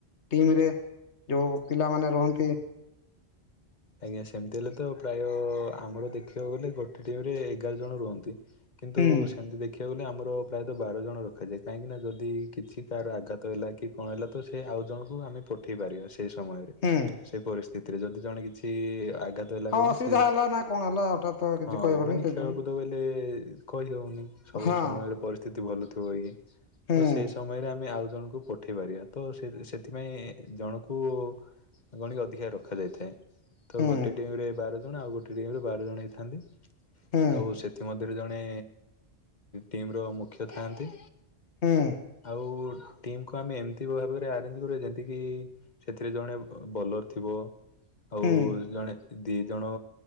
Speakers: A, on the left; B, on the left.
A: ଟିମ ରେ? ଯଉଁ ପିଲାମାନେ ରୁହନ୍ତି
B: ଆଜ୍ଞା ସେମିତି ହେଲେ ତ ପ୍ରାୟ ଆମର ଦେଖିବାକୁ ଗଲେ ଗୋଟେ ଟିମରେ ଏଗାର ଜଣ ରୁହନ୍ତି। କିନ୍ତୁ
A: ହୁଁ
B: ସେମିତି ଦେଖିବାକୁ ଗଲେ ଆମର ପ୍ରାୟତଃ ବାର ଜଣ ରଖାଯାଏ କାହିଁକି ନା ଯଦି କିଛି କାର ଆଘାତ ହେଲା କି କଣ ହେଲା ତ ସେ ଆଉ ଜଣଙ୍କୁ ଆମେ ପଠେଇ ପାରିବା। ସେ ସେ ସମୟରେ
A: ହୁଁ
B: ସେ ପରିସ୍ଥିତିରେ ଯଦି ଜଣେ କିଛି ଆଘାତ ଦେଲା
A: ହଁ
B: କହିଲେ
A: ଅସୁବିଧା
B: ସେ
A: ହେଲା ନା କଣ ହେଲା ହଠାତ୍ ତ କିଛି
B: ହଁ
A: କହିହବନି
B: ମାନେ
A: କିଛି
B: ଖେଳକୁଦ ବୋଇଲେ। କହିହୋଉନି
A: ନାହିଁ
B: ସବୁ
A: ହଁ
B: ସମୟରେ ପରିସ୍ଥିତି ଭଲଥିବ କି। ତ
A: ହୁଁ
B: ସେ ସମୟରେ ଆମେ ଆଉ ଜଣଙ୍କୁ ପ ଠେଇ ପାରିବା ତ ସେ ସେଥିପାଇଁ ଜଣକୁ ଗଣିକି ଅଧିକା ରଖାଯାଇଥାଏ। ତ
A: ହୁଁ
B: ଗୋଟେ ଟିମ୍ ରେ ବାର ଜଣ ଆଉ ଗୋଟେ ଟିମ୍ ରେ ବାର ଜଣ ହେଇଥାନ୍ତି।
A: ହୁଁ
B: ଆଉ ସେ ଥି ମଧ୍ୟରୁ ଜଣେ ଟିମ୍ ର ମୁଖ୍ୟ ଥାଆନ୍ତି।
A: ହୁଁ।
B: ଆଉ ଟିମକୁ ଆମେ ଏମିତି ଭାବରେ ଆରେଞ୍ଜ କରିବା ଯେମତି କି ସେଥିରେ ଜଣେ ବଲର ଥିବ। ଆଉ
A: ହୁଁ ହୁଁ
B: ଜଣେ ଦି ଜଣ